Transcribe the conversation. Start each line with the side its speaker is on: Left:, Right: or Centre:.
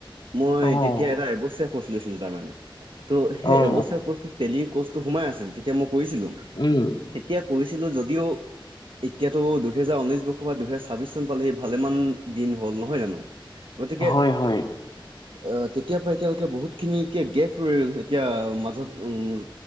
Right: মই
Left: অ',
Right: তে তিয়া এটা এবছীয়া কৰ্চ লৈছিলোঁ তাৰমানে, ত' সেই
Left: অ',
Right: এবছয়া কৰ্চটোত টেলি কৰ্চটো সোমাই আছিল তেতিয়া মই কৰিছিলোঁ।
Left: উম,
Right: তেতিয়া কইছিলোঁ যদিও এতিয়াটো দুহেজাৰ ঊনৈশ বৰ্ষৰ পা দুহেজাৰ ছা ছাব্বিছ চন পালেহি ভালেমান দিন হ'ল নহয় জানো? গতিকে
Left: হয়, হয়,
Right: আহ তেতিয়া পা এতিয়ালেকে বহুতখিনি এতিয়া গেপ ৰ'ল এতিয়া মাজত উম